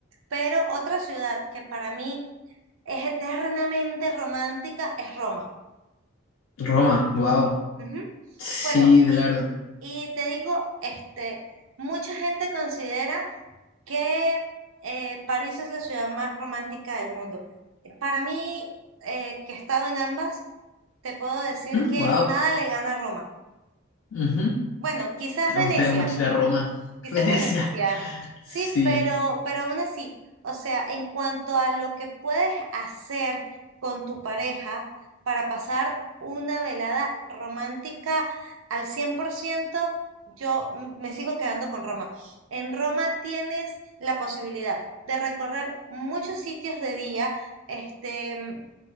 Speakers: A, on the right (about 90°); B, on the left (about 85°).
A: pero otra ciudad que para mí es eternamente romántica es Roma.
B: Roma, wow.
A: Ujú.
B: Sí,
A: Bueno,
B: de
A: y,
B: la verdad.
A: y te digo, este, mucha gente considera que eh, París es la ciudad más romántica del mundo. Para mí, eh, que he estado en ambas, te puedo decir que
B: wow.
A: nada le gana a Roma.
B: Me
A: Bueno, quizás Venecia,
B: gustaría mucho ir a Roma,
A: Quizás
B: <laughs> Venecia.
A: Venecia.
B: Sí.
A: Sí, pero, pero aún así, o sea, en cuanto a lo que puedes hacer con tu pareja para pasar una velada romántica al cien por ciento yo m- me sigo quedando con Roma. En Roma tienes la posibilidad de recorrer muchos sitios de día, este,